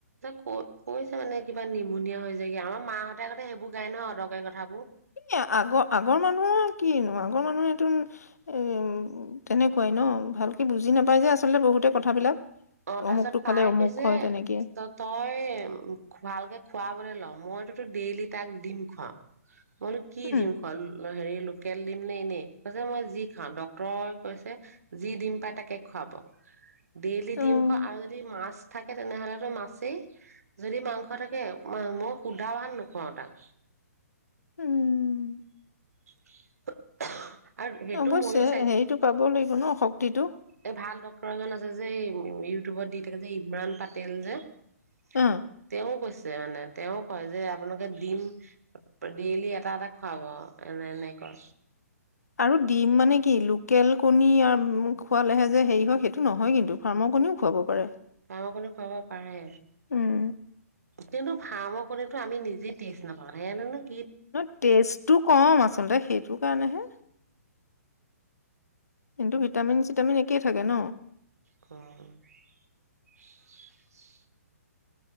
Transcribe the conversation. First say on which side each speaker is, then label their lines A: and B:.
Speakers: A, on the right (about 65°); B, on the left (about 70°).
A: ক কৈছে মানে কিবা নিউম'নিয়া হৈ যায়গৈ আমাৰ মাহঁতে আগতে সেইবোৰ গাই নহয় অদৰকাৰী কথাবোৰ
B: এ আগৰ আগৰ মানুহৰ কিনো আগৰ মানুহে তো এ তেনেকুৱাই ন ভালকে বুজি নাপাই যে আচলতে বহুতে কথাবিলাক।
A: অ' তাৰ
B: অমুকটো
A: পিছত
B: খালে
A: তাই
B: অমুক
A: কৈছে
B: হয় তেনেকে
A: ত তই ভালকে খুৱাবলে ল। মইতোতো ডেইলি তাক দিম খোৱাও মইনো কি
B: উম
A: দিম খোৱা হেৰি লোকেল দিম নে এনেই মই যি খাও দাক্টৰে কৈছে যি দিম পাই তাকেই খোৱাব দেইলি
B: উম
A: দিম খোৱা আৰু যদি মাছ থাকে তেনেহলেতো মাছেই যদি মাংস থাকে <unintelligible> সুদা ভাত নোখোৱাওঁ তাক।
B: উম
A: <inaudible> আৰু সেইটো
B: অৱশ্যে
A: ময়ো চাইছো
B: হেৰিটো পাব লাগিব ন শক্তিটো
A: এই ভাল ডক্তৰ এজন আছে যে উম', -ইউটিউবত দি থাকে যে ইমৰান পাটেল যে, '-
B: অ
A: তেওঁ কৈছে। মানে তেওঁ কয় যে আপোনালোকে দিম ডেইলি এটা এটা খুৱাব এনে এনেকোৱা‌
B: আৰু ডিম মানে কি লোকেল কণী আৰু খোৱালেহে যে হেৰি হয় সেইটো নহয় কিন্তু ফাৰ্মৰ কণীও খুৱাব পাৰে
A: ফাৰ্মৰ কণী খুৱাব পাৰে।
B: উম
A: কিন্তু ফাৰ্মৰ কণীটো আমি নিজেই টেস্ট নাপাওঁ সিহঁতে নো
B: ন টেষ্টটো কম আচলতে সেইটো কাৰণেহে কিন্তু ভিটামিন-চিটামিন একেই থাকে ন।
A: অ'